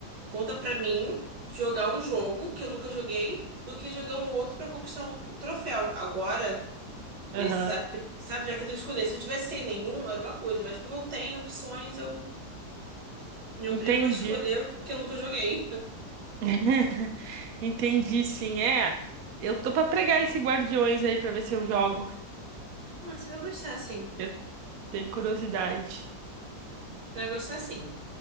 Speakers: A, on the right; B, on the right.
A: Conta pra mim jogar um jogo que eu nunca joguei do que jogar um outro pra conquistar um um troféu. Agora, nesse,
B: aham.
A: sabe, sabe, já que eu tenho que escolher. Se eu tivesse sem nenhum, era uma coisa, mas como eu tenho opções, eu me obrigo
B: Entendi.
A: a escolher o que eu nunca joguei.
B: <laughs> Entendi, sim. É, eu tô pra pregar esse Guardiões aí pra ver se eu jogo.
A: Ah, você vai gostar, sim. Você
B: Eu tenho curiosidade.
A: vai gostar, sim.